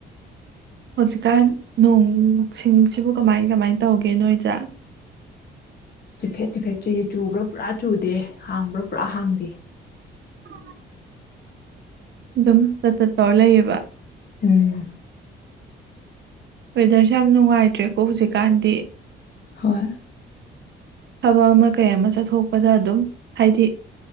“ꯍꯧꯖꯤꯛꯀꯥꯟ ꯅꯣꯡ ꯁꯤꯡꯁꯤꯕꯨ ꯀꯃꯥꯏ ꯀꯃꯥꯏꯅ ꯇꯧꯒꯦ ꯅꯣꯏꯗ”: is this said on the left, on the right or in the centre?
Right